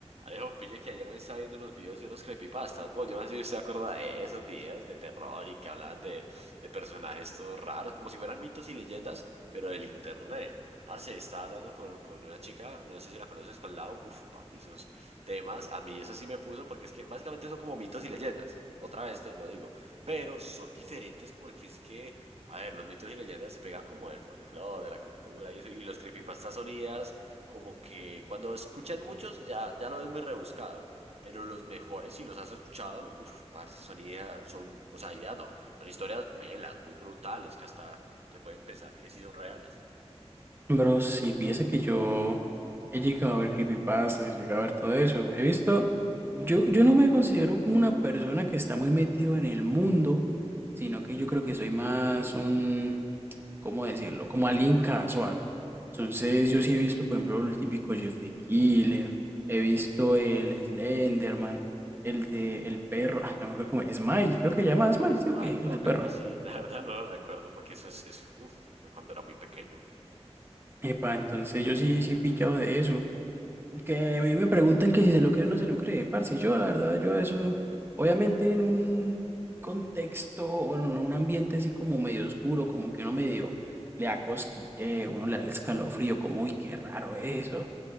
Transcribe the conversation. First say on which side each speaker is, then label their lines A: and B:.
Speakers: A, on the right (about 65°); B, on the right (about 20°).
A: Alejo, pille que ayer me estaba viendo unos videos de unos creepypastas. Bueno, yo no sé si usted se acuerda de esos videos de terror y que hablaban de, de personajes todos raros, como si fueran mitos y leyendas, pero del internet. Parce, estaba hablando con, con una chica, no sé si la conoces, con Lau. Uf, papi, esos temas, a mí eso sí me puso, porque es que básicamente son como mitos y leyendas. Otra vez te lo digo. Pero son diferentes porque es que, a ver, los mitos y leyendas se pegan como del folclore, de la cultura y eso, y los creepypastas son ideas como que cuando escuchas muchos ya, ya lo ves muy rebuscado, pero los mejores, si los has escuchado, uff, parce, son ideas, son, o sea, ideas no, son historias melas, muy brutales, que hasta te pueden pensar que sí son reales.
B: Bro, sí. piensa que yo he llegado a ver creepypastas, he llegado a ver todo eso. He visto, yo, yo no me considero como una persona que está muy metido en el mundo, sino que yo creo que soy más un, ¿cómo decirlo? Como alguien casual. Entonces, yo sí he visto, por ejemplo, el típico Jeff the Killer, he visto el Slenderman, el de el perro, ah, no me acuerdo cómo, Smile, creo que se llama Smile,
A: Smile
B: ¿sí o qué?
A: Dog,
B: El del perro.
A: algo así, <laughs> la verdad no lo recuerdo porque eso es, es uff, fue cuando era muy pequeño.
B: Epa, entonces yo sí, sí he pillado de eso. Que a mí me preguntan que si se lo cree o no se lo cree, parce. Yo, la verdad, yo eso, obviamente en un contexto o en un ambiente así como medio oscuro, como que uno medio le da cosquilleo, uno le da el escalofrío, como, uy, qué raro eso.